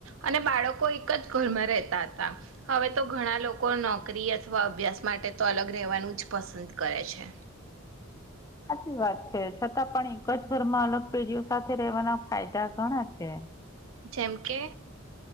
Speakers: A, on the right (about 70°); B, on the left (about 15°).
A: અને બાળકો એક જ ઘરમાં રહેતા હતા. હવે તો ઘણા લોકો નોકરી અથવા અભ્યાસ માટે, તો અલગ રહેવાનું જ પસંદ કરે છે.
B: સાચી વાત છે. છતાં પણ, એક જ ઘરમાં અલગ પેઢીઓ સાથે રહેવાના ફાયદા ઘણા છે.
A: જેમકે.